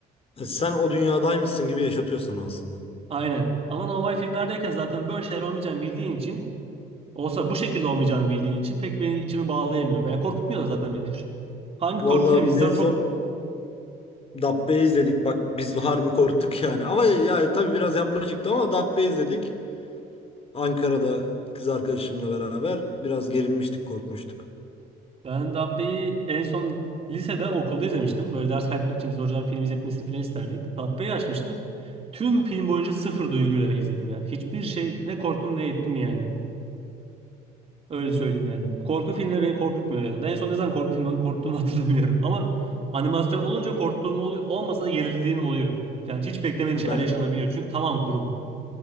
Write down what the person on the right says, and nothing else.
Aynen. Ama normal filmlerdeyken zaten böyle şeyler olmayacağını bildiğin için olsa bu şekilde olmayacağını bildiğin için pek benim içimi bağlayamıyor veya korkutmuyor da zaten beni. Hangi
korku filmi
izlesem
çok
Ben Dabbe'yi en son lisede okulda izlemiştim. Böyle ders kaydetmek için biz hocadan film izletmesini falan isterdik. Dabbe'yi açmıştık. Tüm film boyunca sıfır duyguyla izledim yani. Hiçbir şey ne korktum ne ettim yani. Öyle söyleyeyim yani.
Korku filmleri beni korkutmuyor ya. en son ne zaman korku filmi korktuğumu <laughs> hatırlamıyorum. Ama animasyon olunca korktuğum oluyor. Olmasa da gerildiğim oluyor. Yani hiç beklemediğin
şeyler
yaşanabiliyor. Çünkü tamam kurgu.